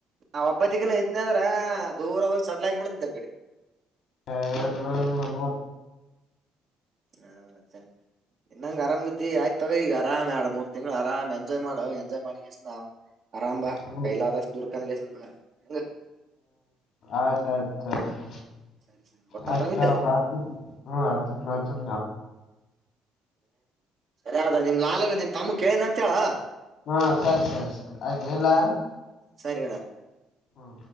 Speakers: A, on the right; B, on the left.
A: ನಾ ಒಬ್ಬತಿಗನ ಇದ್ನ ಅಂದ್ರ ದೂರ ಹೋಗಿ ಸಟ್ಲ ಆಾಗಿ ಬಿಡ್ತದ್ ಅ ಕಡೆ
B: ಕೇರಳ ನಮ್ಮ
A: ಹಾ ಮತ್ತೆ ಇನ್ನಂಗ ಆರಾಮ ಇದ್ದಿ ಆಯ್ತ ತಗ ಈಗ ಆರಾಮ್ ಆ ಮೂರ್ ತಿಂಗಗಳುಳ ಆರಾಮ ಎಂಜಾಯ್ ಮಾಡುವ ಎಂಜಾಯ್ ಮಾಡಿಷ್ಟ ನಾವ್ ಆರಾಮ ಬಾ
B: ಹ್ಮ್
A: ಕೈಲದಾಸ ದದುರ್ಕಗೆಸ ಬ ಹೆಂಗ
B: ಆಯ್ತ ಆಯ್ತು ಆ
A: ಸರಿ ಸರಿ ಒಟ್ಟ
B: ಆಯ್ತಾತ
A: ಆರಾಮಿದ್ದಲ್ಲ
B: ಹ ಆತತ
A: ಸರಿ ಅದ ನಿಮ್ ಲಾಾಲಗ ನಿನ್ ತಮ್ಮ ಕೇಳಿದ ಅಂತ ಹೇಳೇಳ
B: ಹಾ ಸರಿ ಸರಿ ಸರಿ ಆಯ್ತು ಎಲ್ಲ
A: ಸರಿ ಅಣ್ಣ
B: ಹ್ಮ